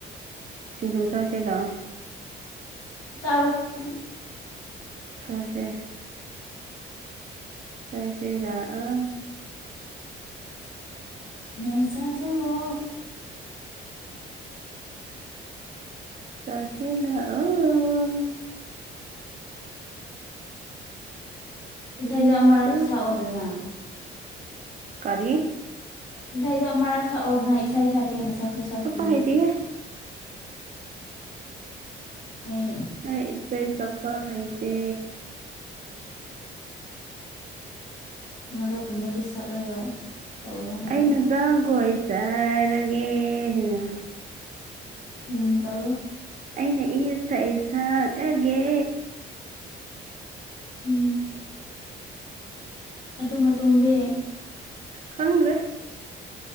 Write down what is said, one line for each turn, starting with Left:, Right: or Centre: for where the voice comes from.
Right: ꯁꯤꯡꯖꯨ ꯆꯥꯁꯤ ꯂꯥꯛꯑꯣ
Left: ꯆꯔꯣ ꯅꯪ
Right: ꯆꯥꯁꯦ ꯆꯥꯁꯤ ꯂꯥꯛꯑꯣ
Left: ꯅꯣꯏ ꯆꯥꯖꯔꯣ
Right: ꯆꯥꯁꯤ ꯂꯥꯛꯑꯣ
Left: ꯏꯁꯩꯗꯣ
Right: ꯁꯤꯡꯖꯨ
Left: ꯑꯃꯨꯔꯛ
Right: ꯆꯥ
Left: ꯁꯛꯑꯣꯗꯅ
Right: ꯀꯔꯤ
Left: ꯏꯁꯩꯗꯣ ꯑꯃꯔꯛ ꯁꯛꯑꯣꯗꯅ ꯏꯁꯩ ꯁꯛꯀꯦꯅ ꯁꯛꯁꯨ ꯁꯛꯇꯅ
Right: ꯁꯛꯄ ꯍꯩꯇꯦꯍꯦ
Left: ꯍꯩ
Right: ꯑꯩ ꯏꯁꯩ ꯁꯛꯄ ꯍꯩꯇꯦ
Left: ꯃꯔꯛ ꯀꯨꯝꯕꯗꯤ ꯁꯛꯔꯒ ꯇꯧꯔꯣ ꯍꯥꯏꯕ
Right: ꯑꯩꯅ ꯖꯒꯣꯏ ꯁꯥꯔꯒꯦ ꯍꯥꯏꯅ
Left: ꯎꯝ ꯇꯧꯔꯣ
Right: ꯑꯩꯅ ꯏꯁꯩ ꯁꯛꯑꯒꯦ
Left: ꯎꯝ ꯑꯗꯨ ꯃꯇꯨꯡꯗꯤ
Right: ꯈꯪꯗ꯭ꯔꯦ